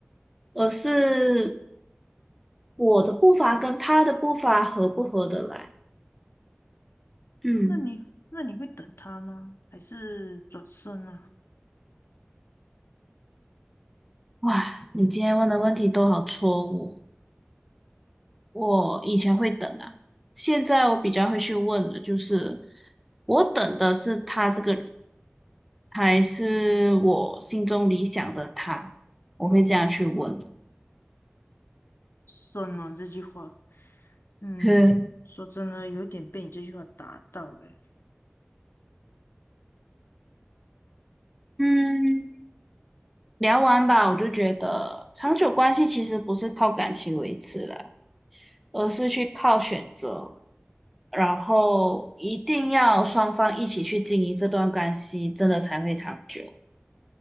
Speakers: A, in the centre; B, on the left (about 70°).
A: 而是我的步伐跟他的步伐合不合得来？嗯，
B: 那你那你会等他吗？还是转身啊？
A: 哇，你今天问的问题都好戳我。我以前会等啊，现在我比较会去问的就是，我等的是他这个人，还是我心中理想的他？我会这样去问的 <laughs>。
B: 身啊，这句话，嗯，
A: 哼
B: 说真的，有点被你这句话打到诶。
A: 嗯，聊完吧，我就觉得长久关系其实不是靠感情维持了，而是去靠选择。然后一定要双方一起去经营这段关系，真的才会长久。